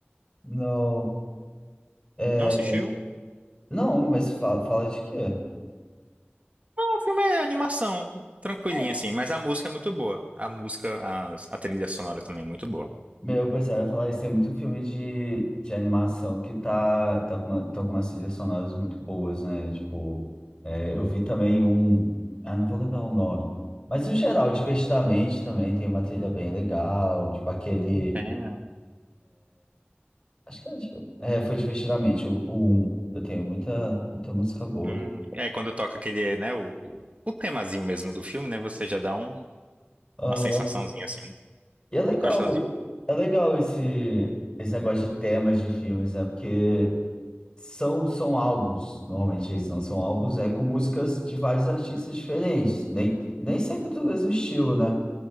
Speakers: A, on the left; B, on the right.
A: Não, é,
B: Não assistiu?
A: não, mas fala, fala de quê?
B: Não, o filme é animação, tranquilinha
A: Ah,
B: assim, mas a música é muito boa. A música, a, a trilha sonora também é muito boa.
A: Meu, pois é, eu ia falar isso, tem muito filme de, de animação que tá, tá com, uma- tão com umas trilhas sonoras muito boas, né? Tipo, é, eu vi também um, ah, não vou lembrar o nome, mas no geral, Divertidamente também tem uma trilha bem legal, tipo aquele
B: Entendo.
A: Acho que é, div- é, foi divertidamente o, o 1. Eu tenho muita, muita música boa.
B: Hum, é quando toca aquele, né, o, o, o temazinho mesmo do filme, né? Você já dá um,
A: Ah,
B: uma sensaçãozinha assim,
A: e é legal,
B: gostosinho.
A: é legal esse, esse negócio de temas de filmes, né? Porque são, são álbuns, normalmente eles não são álbuns, né? Com músicas de vários artistas diferentes, nem, nem sempre do mesmo estilo, né?